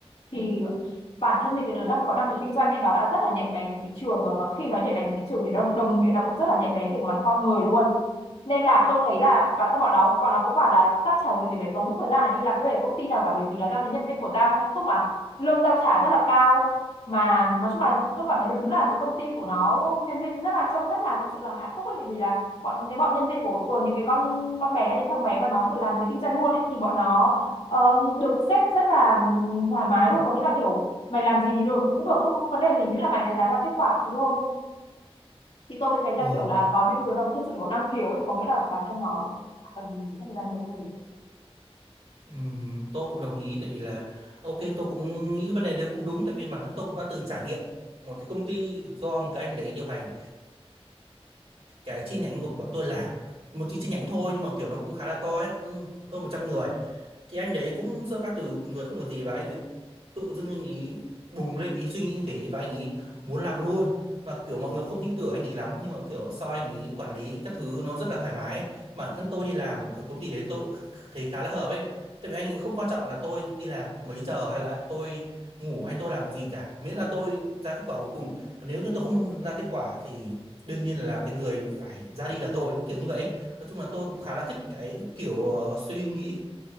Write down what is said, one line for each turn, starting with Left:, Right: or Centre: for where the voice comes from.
Left: thì bản thân những cái đứa đang có năng khiếu kinh doanh thì nó đã rất là nhạy bén với thị trường rồi mà khi nó nhạy bén với thị trường thì đồng đồng nghĩa là cũng rất là nhạy bén về mặt con người luôn nên là tôi thấy là bản thân bọn nó bọn nó cũng bảo là tao chả vì gì phải tốn thời gian này đi làm thuê ở công ty nào cả bởi vì là tao thấy nhân viên của tao hạnh phúc mà lương tao trả rất là cao mà nói chung là tôi cảm thấy đúng là cái công ty của nó nhân viên rất là trông rất là thật sự là hạnh phúc ấy bởi vì là bọn cái bọn nhân viên của của những cái con con bé hay những thằng bé mà nó kiểu làm cái kinh doanh luôn ấy thì bọn nó ờ, được sếp rất là thoải mái luôn có nghĩa là kiểu mày làm gì thì được cũng được không vấn đề gì miễn là mày đạt ra kết quả thì thôi thì tôi mới thấy
Right: ừ,
Left: là kiểu là có những đứa nó thực sự có năng khiếu ấy có nghĩa là bản thân nó chả cần gì mất thời gian đi vấn đề
Right: ừm, tôi cũng đồng ý tại vì là ok tôi cũng nghĩ cái vấn đề đấy cũng đúng tại vì bản thân tôi cũng đã từng trải nghiệm một cái công ty do một cái anh đấy điều hành cái chi nhánh của bọn tôi làm một chi chi nhánh thôi nhưng mà kiểu nó cũng khá là to ấy cũng hơn 100 người thì anh đấy cũng xuất phát từ người không có gì và anh ấy tự dưng anh ấy bùng lên cái suy nghĩ như thế và anh ấy muốn làm luôn và kiểu mọi người cũng không tin tưởng anh ấy lắm nhưng mà kiểu sau anh ấy quản lý các thứ nó rất là thoải mái ấy. bản thân tôi đi làm ở công ty đấy tôi cũng <laughs> thấy khá là hợp ấy tại vì anh ấy không quan trọng là tôi đi làm lúc mấy giờ hay là tôi ngủ hay tôi làm gì cả miễn là tôi ra kết quả cuối cùng và nếu như tôi không ra kết quả thì đương nhiên là cái người phải ra đi là tôi kiểu như vậy ấy. nói chung là tôi cũng khá là thích cái kiểu ờ, suy nghĩ